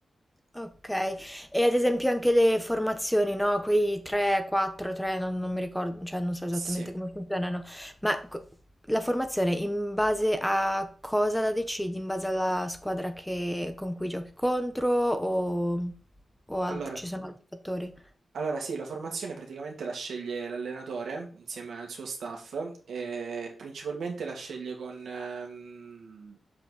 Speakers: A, in the centre; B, on the right (about 80°).
A: Okay. E ad esempio anche le formazioni, no, quei 3, 4, 3 non non mi ricordo, cioè non so esattamente
B: Sì.
A: come funzionano, ma co la formazione in base a cosa la decidi? In base alla squadra che con cui giochi contro o o alt
B: Allora.
A: ci sono altri fattori?
B: Allora sì, la formazione praticamente la sceglie l'allenatore insieme al suo staff e principalmente la sceglie con... ehm,